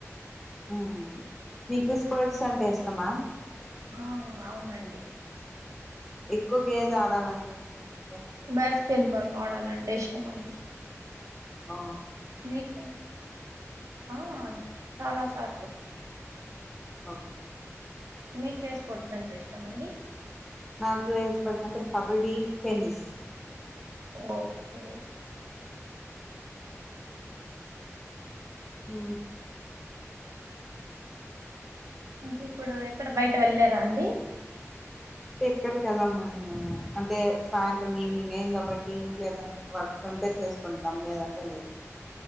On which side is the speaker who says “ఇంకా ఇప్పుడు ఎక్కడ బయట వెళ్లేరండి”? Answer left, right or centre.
Right